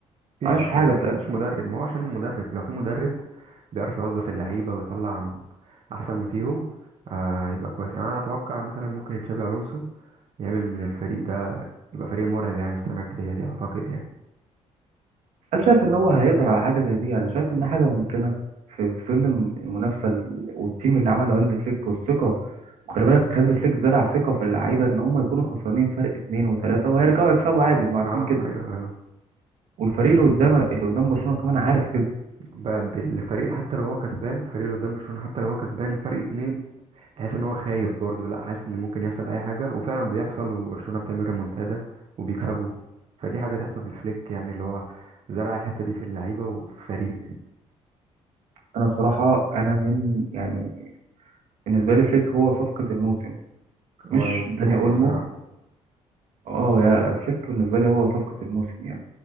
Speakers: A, on the right; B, on the right.
A: مفيش
B: عملش حاجة
A: مفيش
B: في الآخر
A: مدرب ما هو عشان المدرب لو في مدرب بيعرف يوظف اللعيبه ويطلع عن احسن ما فيهم آه يبقى كويس يعني انا اتوقع مثلا ممكن تشابي الونسو يعمل من الفريق ده يبقى فريق مرعب يعني السنه الجايه دي اعتقد يعني
B: هل شايف إن هو هيقدر على حاجة زي دي يعني شايف إن حاجة ممكنة في في ظل المنافسة ال- والتيم اللي عمله هانز فليك والثقة وخلي بالك هانز فليك زرع ثقة في اللعيبة إن هم يكونوا خسرانين فرق اتنين وتلاتة وهيرجعوا يكسبوا عادي ما عارفين
A: اه
B: كده
A: ايوه ايوه
B: والفريق اللي قدام اللي قدام برشلونة كمان عارف كده
A: بقى بالفريق حتى لو هو كسبان فريق اللي قدام برشلونة حتى لو هو كسبان فرق اتنين تحس ان هو خايف برضه لا حاسس ان ممكن يحصل اي حاجة وفعلا بيحصل وبرشلونة بتعمل ريمونتادا وبيكسبوا فدي حاجة تحسب لفليك يعني اللي هو زرع الحتة دي في اللعيبة وفريق
B: انا بصراحة انا من يعني بالنسبة لي فليك هو صفقة الموسم
A: هو
B: مش
A: يستحق
B: داني اولمو
A: بصراحة
B: اه يا فليك بالنسبة لي هو صفقة الموسم يعني